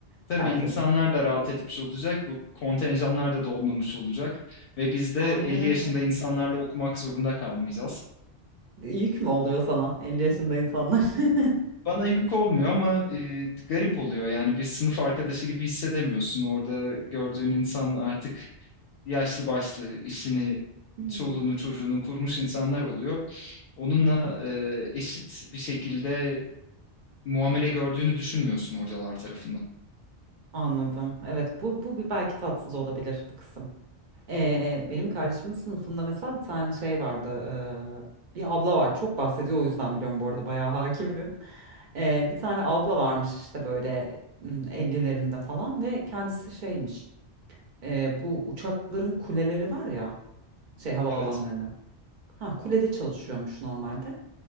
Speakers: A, on the left; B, on the right.
A: Tabii
B: Tertemiz.
A: insanlar da rahat etmiş olacak. Bu kontenjanlar da dolmamış olacak. Ve biz de
B: Aynen
A: 50
B: öyle.
A: yaşında insanlarla okumak zorunda kalmayacağız.
B: Yük mü oluyor sana 50 yaşında insanlar? <laughs>
A: Bana yük olmuyor ama e, garip oluyor. Yani bir sınıf arkadaşı gibi hissedemiyorsun. Orada gördüğün insan artık yaşlı başlı işini,
B: Hmm.
A: çoluğunu, çocuğunu kurmuş insanlar oluyor. onunla
B: Hı hı.
A: e, eşit bir şekilde muamele gördüğünü düşünmüyorsun hocalar tarafından.
B: Anladım. Evet bu, bu bir belki tatsız olabilir bu kısım. Ee, benim kardeşimin sınıfında mesela bir tane şey vardı. ee, bir abla var. Çok bahsediyor o yüzden biliyorum bu arada bayağı hakimim. Ee, bir tane abla varmış işte böyle hmm, 50'lerinde falan ve kendisi şeymiş. ee, bu uçakların kuleleri var ya şey havaalanlarının.
A: Evet.
B: Ha kulede çalışıyormuş normalde.